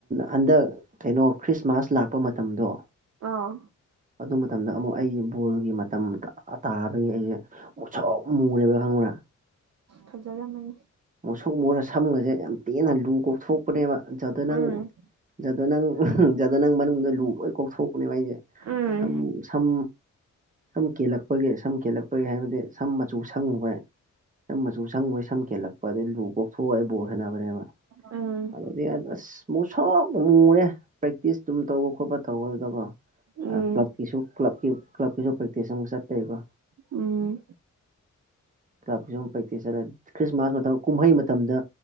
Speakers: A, on the right; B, on the right.
A: ꯍꯟꯗꯛ ꯀꯩꯅꯣ ꯈ꯭ꯔꯤꯁꯃꯥꯁ ꯂꯥꯛꯄ ꯃꯇꯝꯗꯣ
B: ꯑꯥ
A: ꯑꯗꯨ ꯃꯇꯝꯗ ꯑꯃꯨꯛ ꯑꯩ ꯐꯨꯠꯕꯣꯜꯒꯤ ꯃꯇꯝ ꯇꯥꯕꯒꯤ ꯑꯩꯁꯦ ꯃꯨꯠꯁꯧ ꯃꯨꯔꯦꯕ ꯈꯪꯉꯨꯔꯥ
B: ꯐꯖꯔꯝꯃꯅꯤ
A: ꯁꯣꯛ ꯃꯔ ꯁꯝꯒꯁꯦ ꯌꯥꯝ ꯇꯦꯟꯅ ꯂꯨ ꯀꯣꯛꯊꯣꯛꯄꯅꯦꯕ ꯖꯗ
B: ꯎꯝ
A: ꯅꯪ ꯖꯗ ꯅꯪ ꯖꯗ ꯅꯪ ꯃꯅꯨꯡꯗ ꯂꯨ ꯂꯣꯏ ꯀꯣꯛꯊꯣꯛꯄꯅꯦꯕ ꯑꯩꯁꯦ
B: ꯎꯝ
A: ꯁꯝ ꯁꯝ ꯁꯝ ꯀꯦꯜꯂꯛꯄꯒꯤ ꯁꯝ ꯀꯦꯜꯂꯛꯄꯒꯤ ꯍꯥꯏꯕꯗꯤ ꯁꯝ ꯃꯆꯨ ꯁꯪꯉꯨꯕ ꯁꯝ ꯃꯆꯨ ꯁꯪ ꯃꯣꯏ ꯁꯝ ꯀꯦꯜꯂꯛꯄ ꯑꯗꯨꯗꯩ ꯂꯨ ꯀꯣꯛꯊꯣꯛꯑ ꯑꯩ ꯕꯣꯜꯁꯕꯅꯦꯕ
B: ꯎꯝ
A: ꯑꯗꯨꯗꯤ ꯑꯁ ꯃꯨꯛꯁꯛ ꯃꯨꯨꯔꯦ ꯄ꯭ꯔꯦꯛꯇꯤꯁ ꯑꯗꯨꯝ ꯇꯧꯕ ꯈꯣꯠꯄ ꯇꯧꯕꯗꯨꯗꯀꯣ
B: ꯎꯝ
A: ꯀ꯭ꯂꯕꯀꯤꯁꯨ ꯀ꯭ꯂ ꯀ꯭ꯂꯕꯀꯤꯁꯨ ꯄ꯭ꯔꯦꯛꯇꯤꯁ ꯑꯃꯨꯛ ꯆꯠꯇꯩꯀꯣ
B: ꯎꯝ
A: ꯀ꯭ꯂ ꯄ꯭ꯔꯦꯛꯇꯤꯁ ꯆꯠꯂ ꯈ꯭ꯔꯤꯁꯃꯥꯁ ꯀꯨꯝꯍꯩ ꯃꯇꯝꯗ